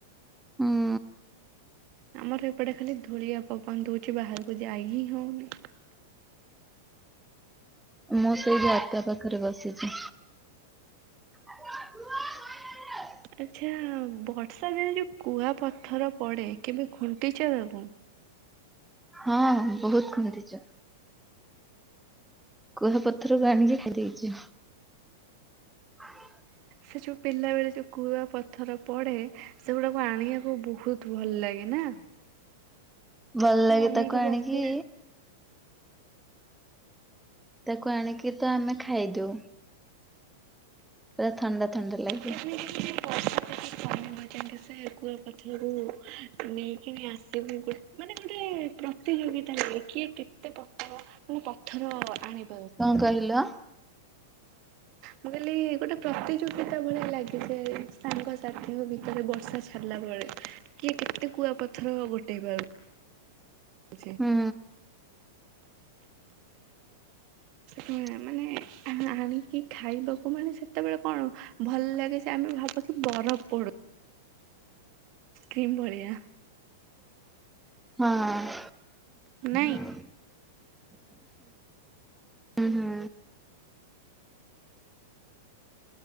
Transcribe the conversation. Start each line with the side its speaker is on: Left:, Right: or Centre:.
Centre: ହୁଁ
Right: ଆମର ଏପଟେ ଖାଲି ଧୂଳିଆ ପବନ ଦଉଛି ବାହାରକୁ ଯାଇ ହିଁ ହଉନି।
Centre: ମୁଁ ସେଇ ଜାତ୍ରା ପାଖରେ ବସିଛି। <unintelligible>
Right: ଆଚ୍ଛା ବର୍ଷା ଦିନ ଯୋଉ କୁଆ ପଥର ପଡ଼େ କେବେ ଖୁଣ୍ଟିଛ ତାକୁ।
Centre: ହଁ ବହୁତ୍ ଖୁଣ୍ଟିଛ। କୁହାପଥରକୁ ଆଣିକି ଖାଇଦେଇଛ। ହଁ ଏ।
Right: ସେ ଯେଉ ପିଲାବେଳେ ଯେଉ କୁଆ ପଥର ପଡ଼େ ସେଗୁଡ଼ାକୁ ଆଣିବାକୁ ବହୁତ୍ ତୁ ଭଲ ଲାଗେ ନା।
Centre: ଭଲ
Right: ତ
Centre: ଲାଗେ
Right: ଅନେଇକି
Centre: ତାକୁ ଆଣିକି
Right: ବସିବ
Centre: ତାକୁ ଆଣିକି ତ ଆମେ ଖାଇଦଉ। ପୁରା ଥଣ୍ଡା ଥଣ୍ଡା ଲାଗେ।
Right: କେମିତି ବର୍ଷା ଯଦି କମିବ ଯାଇକି ସେ କୁଆ ପଥରକୁ ନେଇକି ଆସିବୁ ଗୋ ମାନେ ଗୋଟେ ପ୍ର ପ୍ରତିଯୋଗିତାରେ ହେଇକି କେତେ ପଥର ମୁଁ ପଥର ଆଣିବି।
Centre: କଣ କହିଲ।
Right: ମୁଁ କହିଲି ଗୋଟେ ପ୍ରତିଯୋଗିତା ଭଳିଆ ଲାଗେ ଯେ ସାଙ୍ଗସାଥିଙ୍କ ଭିତରେ ବର୍ଷା ଛାଡ଼ିଲା ପରେ। କିଏ କେତେ କୁଆ ପଥର ଗୋଟେଇ ପାରୁ। ଅଛି।
Centre: ହୁଁ <inaudible>
Right: ହୁଁ ମାନେ ଆ ଆଣିକି ଖାଇବାକୁ ମାନେ ସେତେବେଳେ କଣ ଭଲ ଲାଗେ ସେ ଆମେ ଭାବୁଥିଲୁ। ବରଫ୍ ପଡ। କ୍ରିମ୍ ଭଳିଆ।
Centre: ହଁ।
Right: ନାଇଁ।
Centre: ହୁଁ ହୁଁ।